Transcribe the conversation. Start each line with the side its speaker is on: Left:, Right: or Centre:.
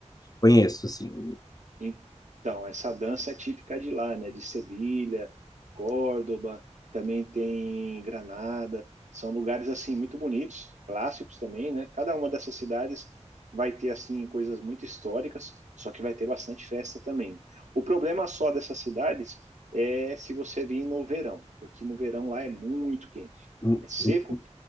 Left: Conheço, assim.
Right: Então, essa dança é típica de lá, né? De Sevilha, Córdoba, também tem Granada. São lugares assim muito bonitos, clássicos também, né? Cada uma dessas cidades vai ter assim coisas muito históricas, só que vai ter bastante festa também. O problema só dessas cidades é se você vir no verão, porque no verão lá é muito quente.
Left: Hum,
Right: É seco
Left: hum.